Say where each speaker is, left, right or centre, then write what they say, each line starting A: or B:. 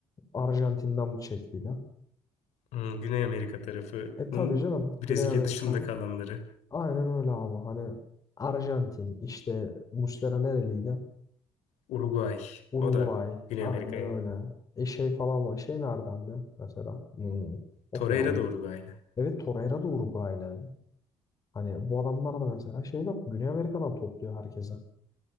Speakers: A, on the left (about 30°); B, on the left (about 85°).
A: Arjantin'den bu çektiğiyle.
B: Hmm, Güney Amerika tarafının
A: E tabii canım
B: Brezilya
A: Güney Amerika.
B: dışında kalanları.
A: Aynen öyle abi. Hani Arjantin işte Muslera nereliydi?
B: Uruguay.
A: Uruguay.
B: O da Güney
A: Aynen
B: Amerika yani.
A: öyle. E şey falan var. Şey nereden de mesela? Hmm. Of
B: Torreira
A: ya onu.
B: da Uruguaylı.
A: Evet Torreira da Uruguaylı. Hani bu adamlar da mesela şeyden Güney Amerika'dan topluyor herkese.